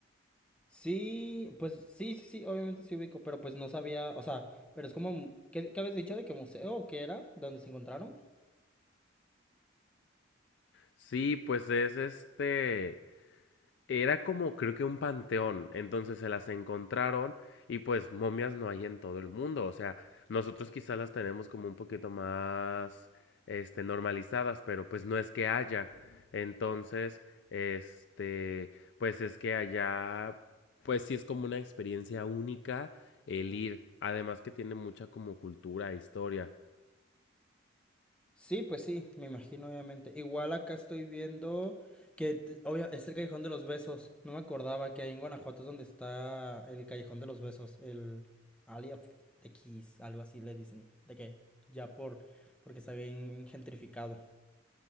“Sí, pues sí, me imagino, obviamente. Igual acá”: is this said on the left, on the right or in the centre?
Centre